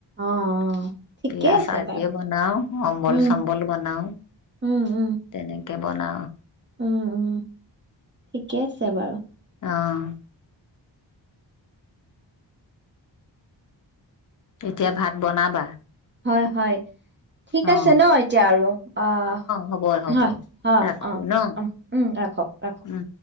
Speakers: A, on the right; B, on the left.
A: অ', অ'। ঠিকে
B: এই আচাৰটোৱে
A: আছে বাৰু।
B: বনাও অম্বল
A: উম,
B: চম্বল বনাও
A: উম, উম,
B: তেনেকে। তাকে বনাওঁ।
A: উম, উম, ঠিকে আছে বাৰু।
B: অ'। এতিয়া ভাত বনাবা।
A: হয়, হয়। ঠিক
B: অ
A: আছে ন' এতিয়া আৰু অ',
B: হ'ব হ'ব
A: হয়, অ',
B: ৰাখো
A: অ',
B: ন
A: উম, ৰাখক, ৰাখক।
B: উম